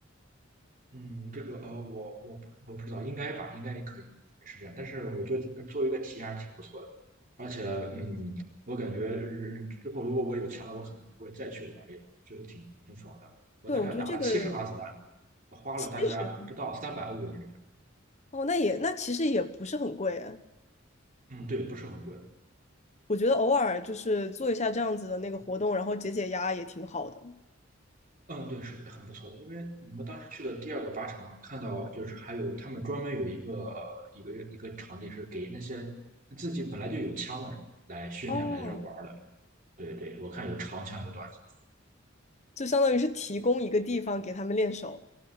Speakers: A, on the right (about 45°); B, on the left (about 35°).
A: 嗯，这个呃，我我不我不知道，应该吧，应该可以是这样。但是我觉得作为一个体验还是挺不错的，而且嗯，我感觉嗯之后如果我有钱了，我可能会再去玩一玩，确实挺挺爽的。我大概打了七十发子弹，
B: 对，我觉得这个
A: 花了大概不到三百欧元这样。
B: 七十吧，哦，那也那其实也不是很贵哎
A: 嗯，对，不是很贵。
B: 我觉得偶尔就是做一下这样子的那个活动，然后解解压也挺好的。
A: 嗯，对，是很不错的。因为我们当时去的第二个靶场，看到就是还有他们专门有一个一个一个场地是给那些自己本来就有枪的人来训练来这玩儿的。
B: 哦，
A: 对对，我看有长枪有短枪。
B: 就相当于是提供一个地方给他们练手。